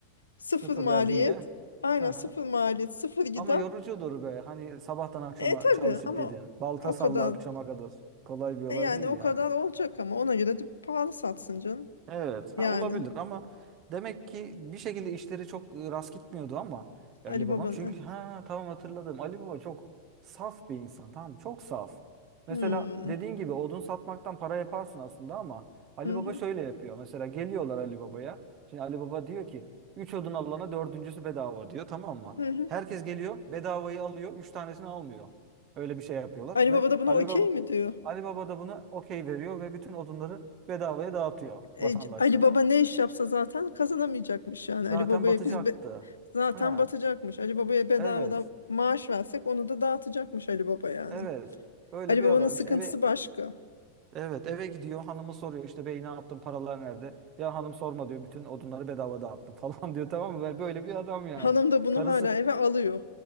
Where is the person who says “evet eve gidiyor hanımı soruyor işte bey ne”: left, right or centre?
Right